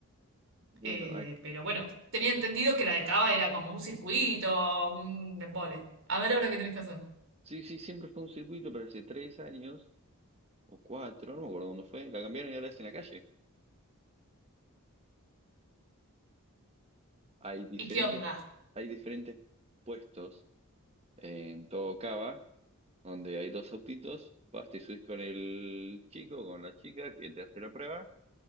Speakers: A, on the right; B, on the right.
A: Bueno,
B: Eh,
A: ac-
B: pero bueno, tenía entendido que la de cava era como un circuito, un embole. A ver ahora qué tenés que hacer.
A: sí, sí, siempre fue un circuito, pero hace tres años o cuatro, no me acuerdo dónde fue, la cambiaron y ahora es en la calle. Hay diferentes,
B: ¿Y qué onda?
A: hay diferentes puestos en todo Cava donde hay dos autitos, vas, te subís con el chico, con la chica que te hace la prueba,